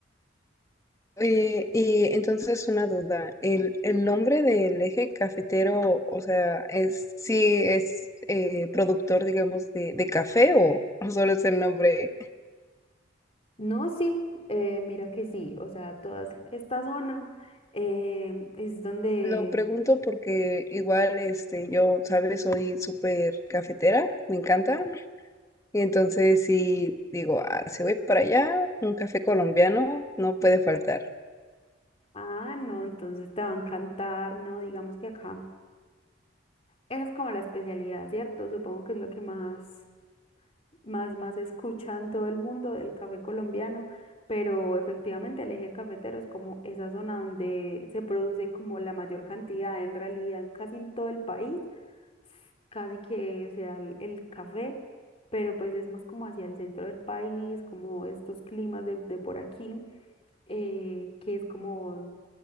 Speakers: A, on the left; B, on the left.
A: Eh, y entonces una duda, el, el nombre del eje cafetero, o sea, es sí es eh, productor, digamos, de, de café o, o solo es el nombre.
B: No, sí, eh, mira que sí, o sea, toda esta zona eh, es donde
A: Lo pregunto porque igual, este, yo, sabes, soy súper cafetera, me encanta, y entonces sí digo, ah, si voy para allá, un café colombiano no puede faltar.
B: Ah, no, entonces te va a encantar, ¿no? Digamos que acá, esa es como la especialidad, ¿cierto? Supongo que es lo que más, más, más escuchan todo el mundo del café colombiano, pero efectivamente el eje cafetero es como esa zona donde se produce como la mayor cantidad, en realidad casi en todo el país, casi que se da el, el café, pero pues es más como hacia el centro del país, como estos climas de, de por aquí eh, que es como